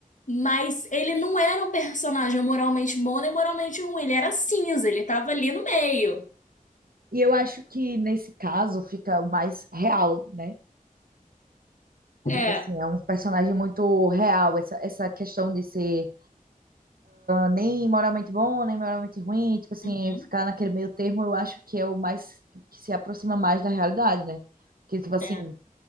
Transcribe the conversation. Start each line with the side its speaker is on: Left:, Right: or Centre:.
Left: mas ele não era um personagem moralmente bom nem moralmente ruim, ele era cinza, ele tava ali no meio.
Right: E eu acho que nesse caso fica o mais real, né?
Left: É.
Right: Tipo assim, é um personagem muito real, essa, essa questão de ser nem moral muito bom, nem moral muito ruim, tipo assim,
Left: Uhum,
Right: ficar naquele meio termo, eu acho que é o mais que se aproxima mais da realidade, né? Porque, tipo assim,
Left: é.